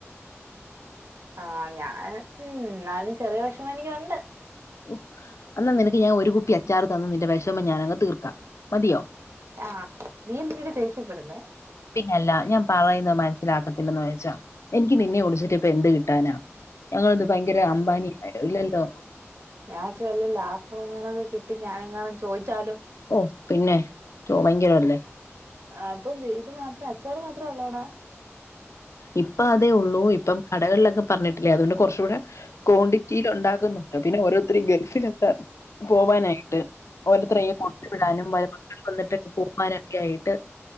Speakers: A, on the right; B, on the left.
A: ആഹ് ഞാൻ ഉം എന്നാലും ചെറിയ വെഷമം എനിക്കുണ്ട്
B: ഉ എന്നാ നിനക്ക് ഞാൻ ഒരു കുപ്പി അച്ചാറ്ത്തന്ന് നിന്റെ വെഷമം ഞാനങ്ങ് തീർക്കാം മതിയോ
A: ആഹ് നീ എന്തിനെടി ദേഷ്യപ്പെടുന്നെ
B: പിന്നെല്ലാ ഞാൻ പറയുന്നത് മനസ്സിലാക്കത്തില്ലന്ന് വെച്ചാ എനിക്ക് നിന്നെ ഒളിച്ചിട്ട് ഇപ്പ എന്ത് കിട്ടാനാ ഞങ്ങളെന്ത് ഭയങ്കര അംബാനി ഇല്ലല്ലോ
A: <unintelligible> വല്ല ലാഭം എങ്ങാണു ഒക്കെ കിട്ടി ഞാനെങ്ങാനും ചോയിച്ചാലോ
B: ഓ പിന്നെ ചോ ഭയങ്കരവല്ലേ
A: ആഹ് അപ്പൊ ഇത് മാത്രം അച്ചാറ് മാത്രേ ഒള്ളാേ എടാ
B: ഇപ്പം അതേ ഒള്ളൂ ഇപ്പം കടകൾലൊക്കെ പർഞ്ഞിട്ടില്ലേ അതുകൊണ്ട് കാെർച്ചൂടെ കോണ്ടിറ്റീലൊണ്ടാക്കുന്നുണ്ട് പിന്നെ ഓരോര്ത്തെരീ ഗൾഫിലൊക്കെ പോവാനായിട്ട് ഓരോര്ത്രയ്യി കൊട്ത്ത് വിടാനും <unintelligible> മക്കള് വന്നിട്ട് പോവാനൊക്കെ ആയിട്ട്